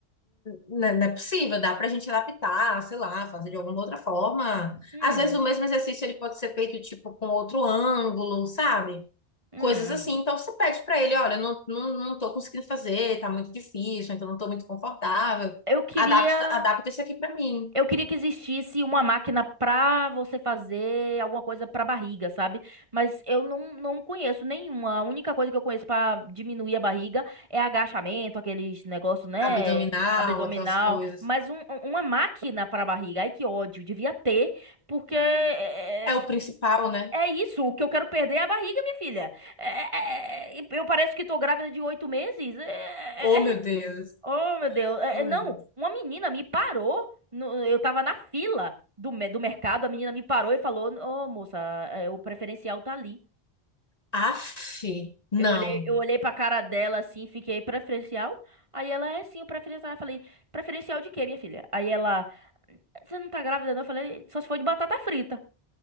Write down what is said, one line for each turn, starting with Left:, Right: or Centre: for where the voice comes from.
Left: Não é não é possível, dá pra gente adaptar, sei lá, fazer de alguma outra forma.
Right: Hum,
Left: Às vezes o mesmo exercício ele pode ser feito tipo com outro ângulo, sabe?
Right: hum.
Left: Coisas assim. Então você pede pra ele, olha, eu não, não, não tô conseguindo fazer, tá muito difícil, então não tô muito confortável.
Right: Eu queria.
Left: Adapta, adapta isso aqui pra mim.
Right: Eu queria que existisse uma máquina pra você fazer alguma coisa pra barriga, sabe? Mas eu não, não conheço nenhuma. A única coisa que eu conheço pra diminuir a barriga é agachamento, aqueles negócios, né?
Left: Abdominal,
Right: Abdominal.
Left: aquelas coisas.
Right: Mas um- um- uma máquina pra barriga, ai que ódio, devia ter, porque é,
Left: É o
Right: é
Left: principal, né?
Right: é isso. O que eu quero perder é a barriga, minha filha. É- é- é- é, eu pareço que tô grávida de oito meses. É,
Left: Oh, meu
Right: é- é
Left: Deus.
Right: Oh, meu Deus. É,
Left: Oh,
Right: é, não,
Left: meu Deus.
Right: uma menina me parou. no- eu tava na fila do, me- do mercado, a menina me parou e falou: Ô, moça, é, o preferencial tá ali.
Left: Aff, não.
Right: Eu olhei, eu olhei pra cara dela assim, fiquei preferencial. Aí ela é sim, o preferencial. Eu falei: preferencial de quê, minha filha? Aí ela: você não tá grávida, não? Eu falei: só se for de batata frita.